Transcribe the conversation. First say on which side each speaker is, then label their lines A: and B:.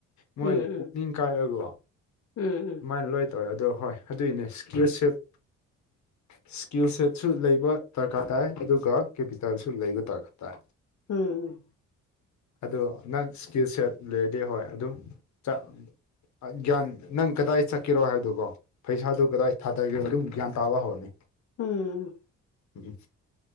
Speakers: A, on the left (about 70°); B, on the left (about 50°).
A: ꯃꯣꯏ
B: ꯎꯝ ꯎꯝ
A: ꯄꯨꯛꯅꯤꯡ ꯀꯥꯏꯕꯣ
B: ꯎꯝ ꯎꯝ
A: ꯑꯗꯨꯃꯥꯏꯅ ꯂꯣꯏ ꯇꯧꯋꯦ ꯑꯗꯣ ꯍꯣꯏ ꯑꯗꯨꯏꯅꯦ ꯏꯁ꯭ꯀꯦꯠ ꯁꯠ ꯏꯁ꯭ꯀꯤꯜ ꯁꯦꯠꯁꯨ ꯂꯩꯕ ꯗꯔꯀꯥꯔ ꯇꯥꯏ ꯑꯗꯨꯒ ꯀꯦꯄꯤꯇꯦꯜꯁꯨ ꯂꯩꯕ ꯗꯔꯀꯥꯔ ꯇꯥꯏ
B: ꯎꯝ
A: ꯑꯗꯨ ꯅꯪ ꯏꯁꯀꯤꯜ ꯁꯦꯠ ꯂꯩꯔꯗꯤ ꯍꯣꯏ ꯑꯗꯨꯝ ꯆꯠ ꯒ꯭ꯌꯥꯟ ꯅꯪ ꯀꯗꯥꯏ ꯆꯠꯀꯦꯔꯣ ꯍꯥꯏꯕꯗꯨꯒꯣ ꯄꯩꯁꯥꯗꯨ ꯀꯗꯥꯏ ꯊꯥꯗꯒꯦꯔꯣ ꯑꯗꯨꯝ ꯒ꯭ꯌꯥꯟ ꯇꯥꯕ ꯍꯧꯔꯅꯤ
B: ꯎꯝ
A: ꯎꯝ